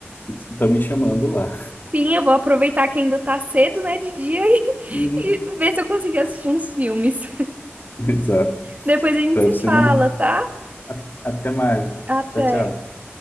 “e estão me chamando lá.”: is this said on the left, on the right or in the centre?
Left